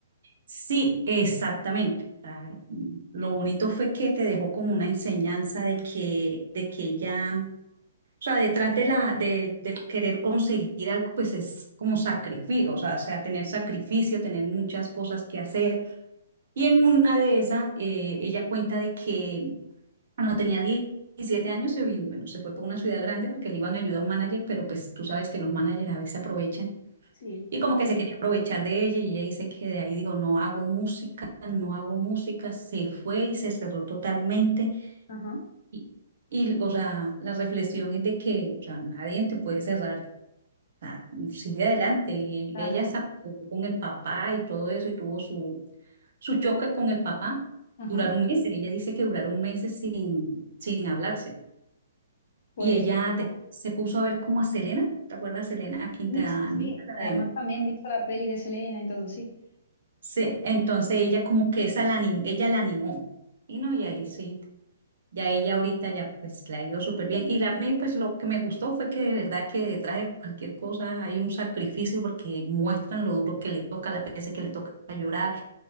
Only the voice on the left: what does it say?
Sí.
Ajá,
claro.
Ajá.
Pues
sí, sí, sí.
Y además
también he visto la peli de Selena y todo, sí.